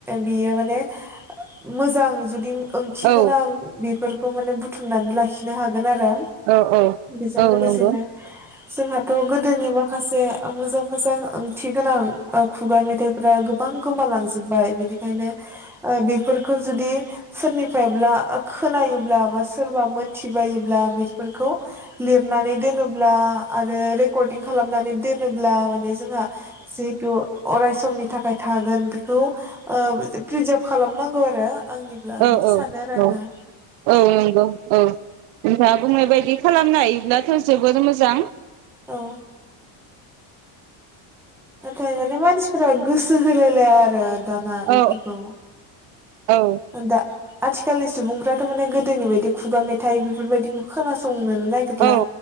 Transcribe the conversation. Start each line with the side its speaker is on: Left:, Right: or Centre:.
Centre: बेयो माने मोजां जुदि ओंथिगोनां
Right: औ
Centre: बेफोर खौ माने बुथुमनानै लाखिनो हागोन आरो
Right: औ
Centre: बेजों
Right: औ
Centre: लोगोसेनो
Right: नंगौ
Centre: जोंहाथ' गोदोनि माखासे मोजां मोजां ओंथि गोनां ओ खुगा मेथाइफोरा गोबां गोमालांजोबबाय बिदि यनो फोरफोरखौ जुदि सोरनिफ्रायब्ला खोनायोब्ला बा सोरबा मोनथिबायोब्ला बेफोरखौ लिरनानै दोनोब्ला आरो रेकर्डिं खालामनानै दोनोब्ला जोंहा जिहेथु अरायस ख <unintelligible> थाखाय थागोन बेखौ ओ प्रिजार्भ खालामनांगौ आरो <unintelligible>
Right: औ
Centre: बिदि
Right: औ
Centre: सानो आरो आङो
Right: औ औ नंगौ औ नोंथाङा बुंनाय बायदि बिदि खालामनो हायोब्लाथ' जोबोर मोजां
Centre: औ नाथाय माने मानसिफोरा गोसो होलायलाया आरो <unintelligible> दाना बेफोरखौ
Right: औ औ
Centre: दा आथिखालनि सुबुंफ्राथ' माने गोदोनि बायदि खुगा मेथाइ बेफोरबायदिखौ खोनासंनोनो नागेरला
Right: औ